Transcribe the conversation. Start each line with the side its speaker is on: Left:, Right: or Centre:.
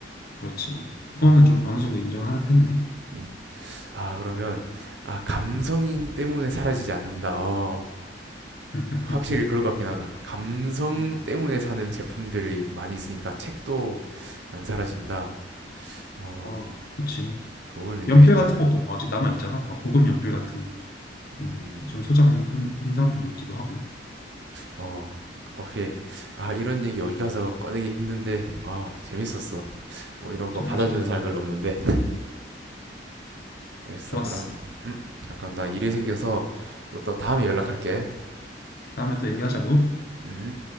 Left: 그렇지. 그거는
Right: 아.
Left: 좀 어느 정도 인정을 하는 편이네.
Right: 음. 아, 그러면 아, 감성
Left: 음.
Right: 때문에 사라지지 않는다. 어.
Left: <laughs>
Right: 확실히 그럴 것 같긴 하다. 감성
Left: 음.
Right: 때문에 사는 제품들이 많이 있으니까 책도 안 사라진다. 어,
Left: 어, 그치.
Right: 좋은 의견이네.
Left: 연필 같은 것도 뭐 아직 남아 있잖아. 막 고급 연필 같은 거. 뭐좀
Right: 음,
Left: 소장하는 사람들도 있기도 하고.
Right: 어, 오케이. 아, 이런 얘기 어디 가서 꺼내기 힘든데, 아, 재밌었어. 뭐 이런 거
Left: 정말
Right: 받아주는
Left: 재미난
Right: 사람
Left: 얘기야.
Right: 별로 없는데. 알겠어.
Left: 좋았어.
Right: 그럼 잠깐 나 일이 생겨서 또, 또 다음에 연락할게.
Left: 다음에 또 얘기하자고.
Right: 음.